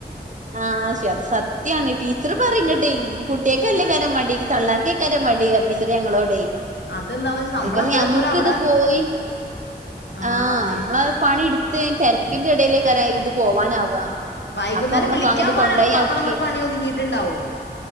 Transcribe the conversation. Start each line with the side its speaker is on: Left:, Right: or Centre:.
Right: ആഹ് ശെ അത് സത്യാണ് ടീച്ചറ് പറിങ്ങട്ട് കുട്ട്യാക്കെല്ലേകാരം മടി ഇത് തള്ളാർക്കെ ങ്കര മടി ആയിരുന്നു ടീച്ചറേ ഞങ്ങളോടെ
Left: അതെന്താന്ന് വെച്ചാ നമ്മൾ
Right: കാരണം
Left: അത്രയും
Right: ഞമ്മുക്കിത്
Left: ദൂരം അവിടെ
Right: പോയി.
Left: ആ
Right: ആഹ് നമ്മളഅ് പണി എടുത്ത് അയിന്റെ തിരക്കിന്റെ ഇടയിലേക്കാരം ഇത് പോവാനാവാ.
Left: വൈകുന്നേരം
Right: അപ്പൊ നമ്മള്
Left: വിളിക്കാൻ
Right: അങ്ങട്ട്
Left: പോആൻ
Right: കൊണ്ടോയി
Left: എളുപ്പ
Right: ആക്കി
Left: അപ്പൊ നമ്മുടെ പണി ഒതുങ്ങിയിട്ടുണ്ടാവും.